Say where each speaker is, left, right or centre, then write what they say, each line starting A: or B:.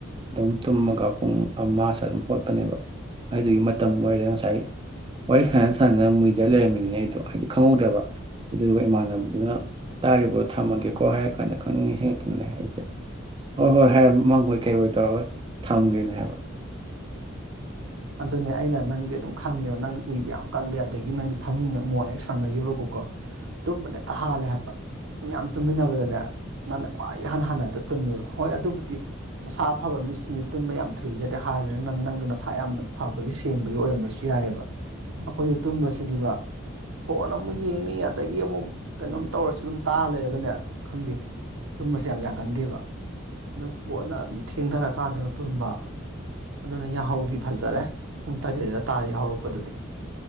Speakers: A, on the right; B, on the right.
A: ꯑꯗꯨꯝ ꯇꯨꯝꯃꯒ ꯄꯨꯡ ꯑꯃ ꯁꯥꯋꯥꯏꯗ ꯑꯗꯨꯝ ꯍꯣꯠꯄꯅꯦꯕ ꯑꯗꯨꯒꯤ ꯃꯇꯝ ꯑꯣꯏꯔꯦ ꯉꯁꯥꯏ ꯋꯥꯔꯤ ꯁꯥꯟꯅ ꯁꯥꯟꯅꯅ ꯃꯨꯏꯗ ꯂꯩꯔꯝꯃꯤꯅꯤꯅꯦ ꯑꯩꯗꯣ ꯍꯥꯏꯗꯤ ꯈꯪꯍꯧꯗ꯭ꯔꯕ ꯑꯗꯨꯒ ꯏꯃꯥꯟꯅꯕꯗꯨꯅ ꯇꯥꯔꯤꯕꯣ ꯊꯝꯃꯒꯦꯀꯣ ꯍꯥꯏꯔ ꯀꯥꯟꯗ ꯈꯪꯅꯤꯡ ꯅꯤꯡꯁꯤꯡꯉꯛꯇꯨꯅꯅꯦ ꯑꯩꯖꯦ ꯍꯣꯏ ꯍꯣꯏ ꯍꯥꯏ ꯃꯪꯑꯣꯏ ꯀꯩ ꯑꯣꯏ ꯇꯧꯔꯒ ꯊꯝꯒ꯭ꯔꯤꯅꯦ ꯍꯥꯏꯕ꯫
B: ꯑꯗꯨꯅꯦ ꯑꯩꯅ ꯅꯪꯗꯤ ꯑꯗꯨꯝ ꯈꯪꯉꯦꯕ ꯅꯪꯗꯤ ꯎꯏꯕ ꯌꯥꯝ ꯀꯜꯂꯦ ꯑꯗꯒꯤ ꯅꯪꯗꯤ ꯐꯃꯨꯡ ꯃꯣꯟ ꯍꯦꯛ ꯁꯝꯅꯈꯤꯕꯀꯣꯀꯣ ꯇꯨꯝꯕꯅꯦꯛꯇ ꯍꯥꯜꯂꯦ ꯍꯥꯏꯕ ꯑꯩꯈꯣꯏ ꯃꯌꯥꯝ ꯇꯨꯝꯃꯤꯟꯅꯕꯗꯅꯦ ꯅꯪꯅ ꯈ꯭ꯋꯥꯏ ꯏꯍꯥꯟ ꯍꯥꯟꯅ ꯍꯦꯛꯇ ꯇꯨꯝꯃꯦꯕ ꯍꯣꯏ ꯑꯗꯨꯕꯨꯗꯤ ꯃꯁꯥ ꯑꯐꯕ ꯃꯤꯁꯤꯡꯒꯤ ꯇꯨꯝꯕ ꯌꯥꯝ ꯊꯨꯏꯒꯗꯦ ꯍꯥꯏꯕꯅꯤꯅ ꯅꯪꯗꯨ ꯅꯁꯥ ꯌꯥꯝꯅ ꯐꯕꯒꯤ ꯁꯦꯡꯕꯒꯤ ꯑꯣꯏꯔꯝꯕꯁꯨ ꯌꯥꯏꯑꯕ ꯑꯈꯣꯏꯗꯤ ꯇꯨꯝꯕꯁꯤꯗꯤꯕ ꯐꯣꯟ ꯑꯃꯨꯛ ꯌꯦꯡꯅꯤ ꯑꯗꯒꯤ ꯑꯃꯨꯛ ꯀꯩꯅꯣꯝ ꯇꯧꯔꯁꯨ ꯑꯗꯨꯝ ꯇꯥꯔ ꯂꯩꯔꯒꯅꯦ ꯈꯪꯗꯦ ꯇꯨꯝꯕꯁꯦ ꯌꯥꯝ ꯌꯥꯒꯟꯗꯦꯕ ꯑꯗꯨ ꯄꯣꯠꯅ ꯑꯗꯨꯝ ꯊꯦꯡꯗꯔꯀꯥꯟꯗꯒ ꯇꯨꯝꯕ ꯑꯗꯨꯅ ꯌꯥꯍꯧꯗꯤ ꯐꯖꯔꯦ ꯄꯨꯡ ꯇꯔꯦꯠꯗ ꯇꯥꯔ ꯍꯧꯔꯛꯄꯗꯗꯤ